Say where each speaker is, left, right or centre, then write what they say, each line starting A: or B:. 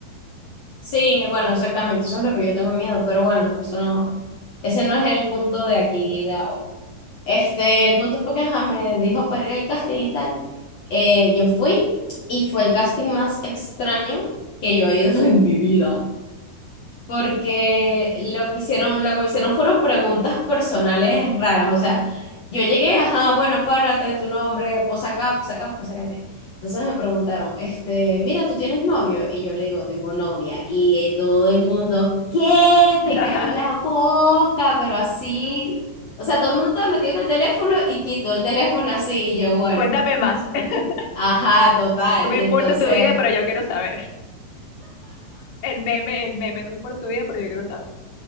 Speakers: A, on the left; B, on the left.
A: Sí, bueno, exactamente, eso es lo que yo tengo miedo, pero bueno, eso no, ese no es el punto de aquí de ahora. Este, el punto fue que ajá, me dijo para ir al casting y tal. Eh, yo fui y fue el casting más extraño que yo he ido <laughs> en mi vida. porque lo que hicieron, lo que me hicieron fueron preguntas personales raras. O sea, yo llegué, ajá, bueno, párate, tu nombre, posa acá, posa acá, posa acá. ok. Entonces me preguntaron, este, mira, ¿tú tienes novio? Y yo le digo, tengo novia. Y todo el mundo, ¿qué? Te
B: <laughs>
A: cayó la boca, pero así. O sea, todo el mundo estaba metido en el teléfono y quitó el teléfono así. Y yo, bueno,
B: Cuéntame más. <laughs>
A: ajá, total.
B: No me
A: Y
B: importa
A: entonces,
B: tu vida, pero yo quiero saber. El meme, el meme, no me importa tu vida, pero yo quiero saber.